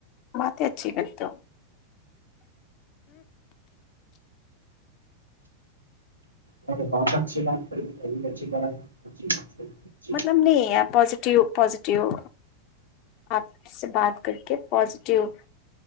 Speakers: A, on the left; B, on the right.
A: باتیں اچھی کرتے ہو
B: نہیں تو بہت اچھی لات اچھی اچھی
A: مطلب نہیں ہے پاز پازیٹیو آپ سے بات کر کے پازیٹیو